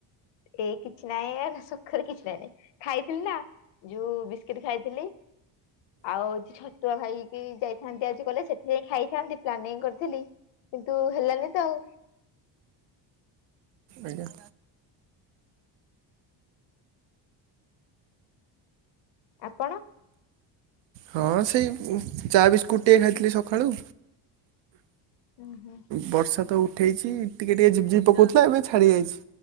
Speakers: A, on the left; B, on the right.
A: ଏ କିଛି ନାହିଁ ଆ ସଖାଳେ କିଛି ନାହିଁ। ଖାଇଥିଲି ନା। ଯୋଉ ବିସ୍କିଟ୍ ଖାଇଥିଲି। ଆଉ ହୋଉଚି ଛ ଛତୁଆ ଖାଇକି ଯାଇଥାନ୍ତି ଆଜି କଲେଜ। ସେଠି ଯାଇକି ଖାଇଥାନ୍ତି ପ୍ଲାନିଂ କରିଥିଲି। କିନ୍ତୁ ହେଲାନି ତ ଆଉ।
B: ଆଜ୍ଞା।
A: ଆପଣ।
B: ହଁ ସେଇ ଚା ବିସ୍କୁଟ୍ ଟିକିଏ ଖାଇଥିଲି ସକାଳୁ।
A: ଉଁ ହୁଁ।
B: ବର୍ଷା ତ ଉଠେଇଚି। ଟିକିଏ ଟିକିଏ ଝିପ୍ ଝିପ୍ ପକଉଥିଲା ଏବେ ଛାଡ଼ି ଯାଇଚି।